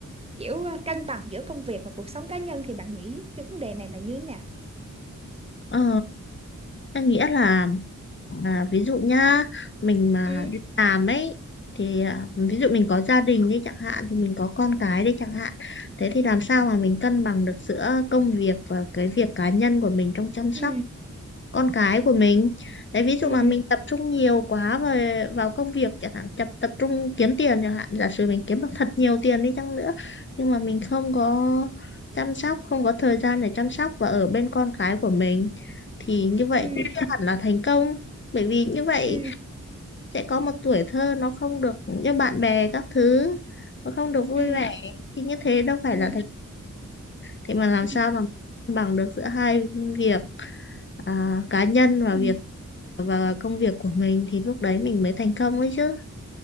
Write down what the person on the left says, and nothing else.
Ờ, em nghĩ là À, ví dụ nhá, mình mà
đi làm ấy thì à, ví dụ mình có gia đình đi chẳng hạn thì mình có con cái đi chẳng hạn. Thế thì làm sao mà mình cân bằng được giữa công việc và cái việc cá nhân của mình trong chăm sóc
con cái của mình. Đấy ví dụ
mà mình tập trung nhiều quá về vào công việc chẳng hạn, tập tập trung kiếm tiền chẳng hạn, giả sử mình kiếm được thật nhiều tiền đi chăng nữa nhưng mà mình không có chăm sóc, không có thời gian để chăm sóc và ở bên con cái của mình thì như vậy
cũng chưa hẳn là thành công bởi vì như vậy
sẽ có một tuổi thơ nó không được như bạn bè các thứ nó không được vui
vẻ thì như thế đâu phải
là thành thế mà làm
sao mà mình cân bằng được giữa hai việc à, cá nhân và
việc và công việc của mình thì lúc đấy mình mới thành công ấy chứ